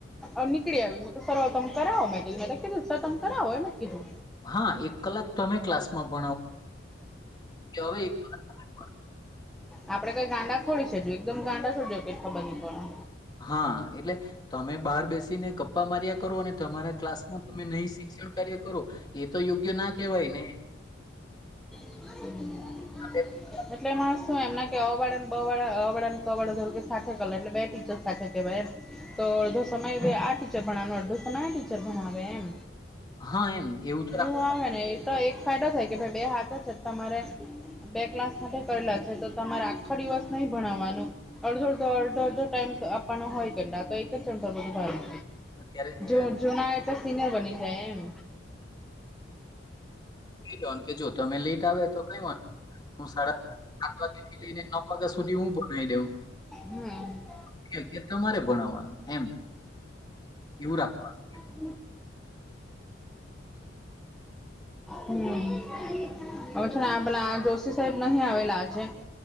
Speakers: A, in the centre; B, on the left.
A: અ નીકળી આવી મેં કીધું સર હવે તમે કરાવો મેં કીધું મે તો કીધું સર તમે કરાવો એમ જ કીધું
B: હા એક કલાક તો તમે ક્લાસમાં ભણાવો હવે એક કલાક તમે ભણાવો
A: આપડે કઈ ગાંડા થોડી છે એકદમ ગાંડા થોડી છે કઈ ખબર નહી પડે
B: હા એટલે તમે બહાર બેસીને ગપ્પા માર્યા કરો અને તમારા ક્લાસમાં તમે નહી શિક્ષણ કાર્ય કરો એ તો યોગ્ય ના કહેવાય ને?
A: <inaudible>
B: એના બે ત્રણ
A: એટલે એમાં શું એમના કે અ વાડાને બ વાડા અ વડાને ક વાડા ધારો કે સાથે કર લે એટલે બે ટીચર સાથે કેવાય એમ? તો અડધો સમય આ ટીચર ભણાવવાનું અડધો સમય આ ટીચર ભણાવે એમ
B: હા એમ એવું તો રાખ
A: હું આવે ને એ તો એક ફાયદો થાય કે ભાઈ બે હાથ છે તમારે બે ક્લાસ સાથે કરેલા છે તો તમારે આખો દિવસ નહી ભણાવવાનો અડધો અડધો અડધો અડધો ટાઈમ આપવાનો હોય આ તો એક જ જણ પર બધું ભારણ
B: રાખવું અત્યારે
A: જો
B: અ
A: જૂના આયા તો સિનિયર બની જાય એમ?
B: કઈ દેવાનું કે જો તમે લેટ આવે તો કઈ વાંધો નઈ હું સાડા સાત વાગ્યા થી લઈને નવ વાગ્યા સુધી હું ભણાઈ દેઉ
A: હમ
B: નવ થી અગિયાર તમારે ભણાવવાનું એમ એવું રાખવાનું.
A: <inaudible> હમ્મ. હવે છે પેલા જોશી સાહેબ નહિ આવેલા આજે